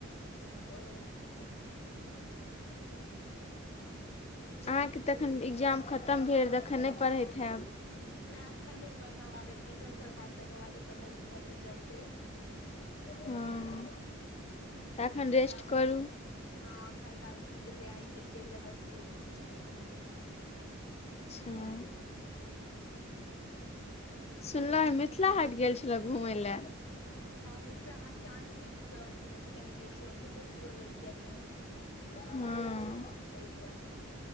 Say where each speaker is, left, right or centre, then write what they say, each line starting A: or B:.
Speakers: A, on the left; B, on the left.
A: ओ
B: अहाँके त अखन इक्जाम खत्तम भेल त अखन नै पढ़ैत हैब?
A: ना एखन नै पढ़ब, आब एडमिशन सब हैत तकर बादे पढ़ाई लिखाइ सब चलतै।
B: हँ। तखन
A: अखन
B: रेस्ट
A: त आब
B: करू
A: वैह, <inaudible> हँ अखन ताबे किछ किछ तैयारी सब चलि रहल छै किछ किछ के।
B: अच्छा। <inaudible> सुनलौं हें मिथिला हाट गेल छलौं घुमै ले।
A: हँ मिथिला हाट के आनन्दे किछु आओर छै न त कनी गेल छलौं, घूमो फिर लै छी अखन।
B: <inaudible> हँ।
A: तै दुआरे।